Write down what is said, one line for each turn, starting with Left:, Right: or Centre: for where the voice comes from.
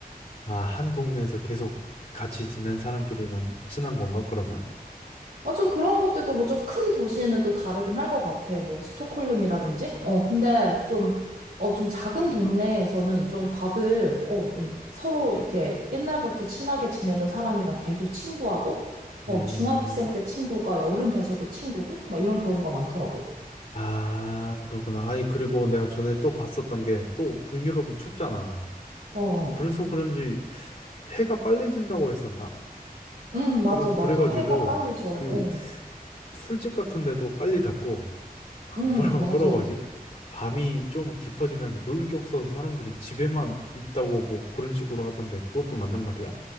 Left: 아, 한 동네에서 계속 같이 지낸 사람끼리만 친한 건가, 그러면?
Right: 아, 좀 그런 것도 있고, 뭐 좀 큰 도시는 또 다르긴 할 것 같아. 뭐, 스톡홀름이라든지? 어, 근데 좀, 어, 좀 작은 동네에서는 좀 다들, 어, 좀 서로 이렇게 옛날부터 친하게 지내던 사람이랑 계속 친구하고, 어,
Left: 음,
Right: 중학생 때 친구가 어른 돼서도 친구고, 막 이런 경우가 많더라고.
Left: 아, 그렇구나. 아니, 그리고 내가 전에 또 봤었던 게 또 북유럽은 춥잖아.
Right: 어, 어.
Left: 그래서 그런지 해가 빨리 진다고 했었나?
Right: 응,
Left: 그래,
Right: 맞아, 맞아.
Left: 그래가지고
Right: 해가 빨리 져.
Left: 그
Right: 어,
Left: 술집 같은 데도 빨리 닫고, <laughs>
Right: 응,
Left: 뭐라고,
Right: 맞아.
Left: 뭐라고 하지? 밤이 좀 깊어지면 놀 게 없어서 사람들이 집에만 있다고 뭐 그런 식으로 하던데 그것도 맞는 말이야?